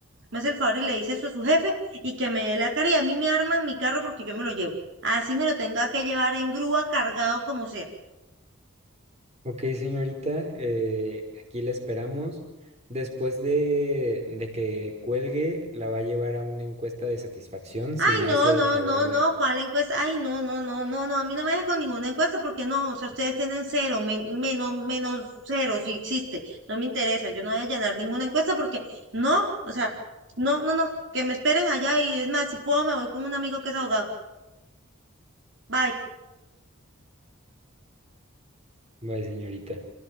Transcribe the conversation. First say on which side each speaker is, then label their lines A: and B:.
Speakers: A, on the right; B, on the right.
A: me hace el favor y le dice eso a su jefe y que me dé la cara y a mí me arman mi carro porque yo me lo llevo. Así me lo tenga que llevar en grúa, cargado como sea.
B: Ok, señorita, eh, aquí la esperamos. Después de, de que cuelgue, la va a llevar a una encuesta de satisfacción, si
A: Ay,
B: me
A: no,
B: hace
A: no,
B: el favor
A: no,
B: de...
A: no, ¿cuál encuesta? Ay, no, no, no, no, no, a mí no me deja con ninguna encuesta porque no, o sea, ustedes tienen cero, men- menos, menos cero si existe, no me interesa, yo no voy a llenar ninguna encuesta porque no, o sea, no, no, no, que me esperen allá y es más, si puedo me voy con un amigo que es abogado. Bye.
B: Bye, señorita.